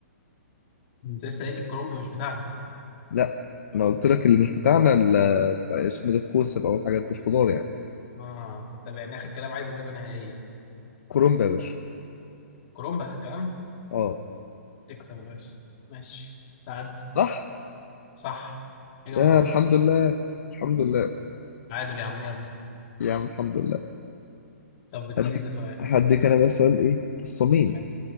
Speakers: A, on the left; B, on the left.
A: انت لسه قايل لي الكرنب مش بتاعنا
B: لا أنا قلت لك اللي مش بتاعنا ال- اسمه ده الكوسة بقى والحاجات دي الخضار يعني
A: اه طب يعني اخر كلام عايز اجابه نهائيه
B: كولومب يا باشا
A: كرنب اخر كلام
B: اه
A: تكسب يا باشا ماشي تعدي
B: صح
A: صح اجابه
B: يا
A: صح
B: الحمد لله الحمد لله
A: تعادل يا عم يلا
B: يا عم الحمد لله
A: طب اديني
B: هديك
A: انت سؤال
B: هديك انا بقى سؤال ايه في الصميم
A: ماشي